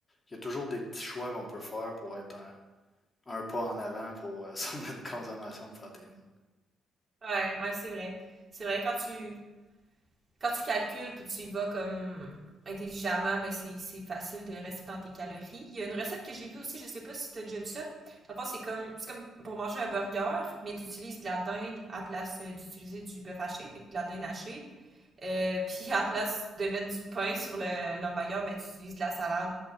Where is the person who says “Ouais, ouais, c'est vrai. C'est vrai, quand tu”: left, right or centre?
Right